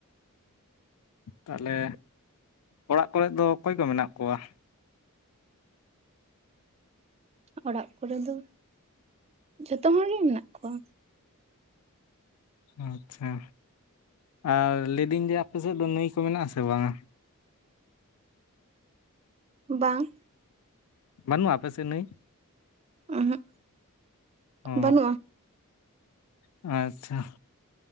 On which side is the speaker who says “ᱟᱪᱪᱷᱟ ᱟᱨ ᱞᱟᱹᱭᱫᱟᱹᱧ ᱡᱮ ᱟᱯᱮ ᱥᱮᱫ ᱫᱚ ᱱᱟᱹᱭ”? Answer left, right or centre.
Left